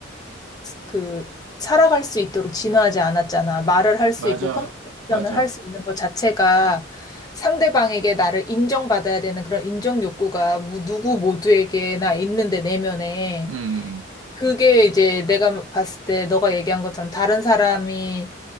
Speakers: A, on the left (about 20°); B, on the right (about 80°).
A: 그 살아갈 수 있도록 진화하지 않았잖아. 말을 할 수
B: 맞아,
A: 있고 커뮤니케이션을
B: 맞아.
A: 할 수 있는 것 자체가 상대방에게 나를 인정받아야 되는 그런 인정 욕구가 무- 누구 모두에게나 있는데 내면에
B: 음, 음. 음.
A: 그게 이제 내가 봤을 때 너가 얘기한 것처럼 다른 사람이